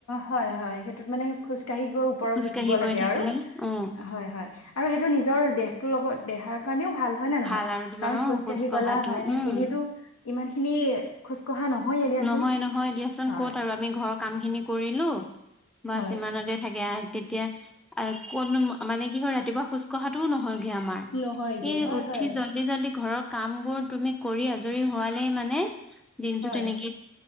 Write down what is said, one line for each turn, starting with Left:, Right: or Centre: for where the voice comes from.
Left: হয় হয় সেইটোত মানে খোজ কঢ়ি গৈ ওপৰত
Centre: খোজকাঢ়ি
Left: উঠিব লাগে
Centre: গৈ থাকিলে
Left: আৰু
Centre: অ
Left: হয় হয় আৰু সেইটো নিজৰ দেহটোৰ লগত দেহাৰ কাৰণেও ভাল হয় নে নহয়
Centre: ভাল আৰু তোমাৰ
Left: কাৰণ
Centre: অ
Left: খোজকাঢ়ি
Centre: খোজ কঢ়াটো
Left: গলা হয় নে
Centre: উম
Left: এনেতো ইমান খিনি খোজ কঢ়া নহয়ে দিয়াচোন।
Centre: নহয় নহয় দিয়াচোন
Left: হয়
Centre: ক'ত আৰু আমি ঘৰৰ কাম খিনি কৰিলো বচমানতে
Left: হয়
Centre: থাকে তেতিয়া কতো মানে কি হয় ৰাতিপুৱা খোজ কঢ়াটোও নহয় হয়গে আমাৰ
Left: নহয়গে
Centre: এই
Left: হয়
Centre: উঠি
Left: হয়
Centre: জল্দি জল্দি ঘৰৰ কাম বোৰ তুমি কৰি আজৰি হোৱালেই মানে দিনটো
Left: হয়
Centre: তেনেকে